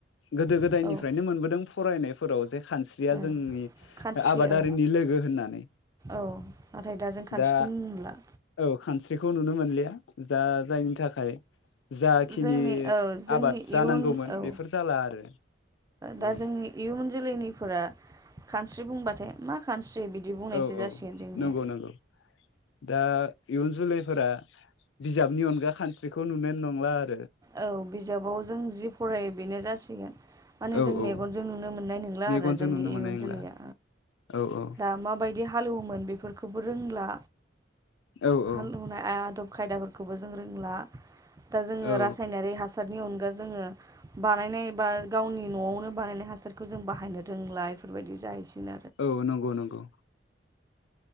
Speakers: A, on the left (about 80°); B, on the right (about 15°).
A: गोदो गोदायनिफ्रायनो
B: औ
A: मोनबोदों फरायनायफोराव जे खानस्रिया
B: औ
A: जोंनि
B: खानस्रि
A: आबादारिनि
B: औ
A: लोगो होननानै।
B: औ नाथाय दाजों खास्रिखोन
A: दा
B: नुला
A: औ खानस्रिखौ नुनो मोनलिया जा जायनि थाखाय जाखिनि
B: जोंनि औ जोंनि
A: आबाद जानांगौमोन
B: इयुन औ
A: बेफोर जाला आरो
B: दा
A: औ
B: जोंनि इयुन जोलैनिफोरा खानस्रि बुंबाथाय मा खानस्रि बिदि बुंनायसो
A: औ
B: जासिगोन
A: औ
B: जोंनिया
A: नंगौ नंगौ दा। इयुन जोलैफोरा बिजाबनि अनगा खानस्रिखौ नुनाय नंला आर
B: औ बिजाबाव जों जि फरायो बेनो जासिगोन। माने
A: औ
B: जों
A: औ
B: मेगनजों नुनो मोननाय नंला
A: मेगनजों
B: आरो जोंनि
A: नुनो
B: इयुन
A: मोननाय नंला
B: जोलैया
A: औ औ
B: दा माबाय हालौवोमोन बेफोरखौबो रोंला
A: औ
B: हालौवनाय
A: औ
B: आदब। खायदाफोरखौबो जों रोंला दा जोङो
A: औ
B: राज हासारनि अनगा जोङो बानायनाय बा गावनि न'आवनो बानायनाय हासारखौ जों बाहायनो रोंला। दा इफोरबायदि जायैसै
A: औ नंगौ नंगौ।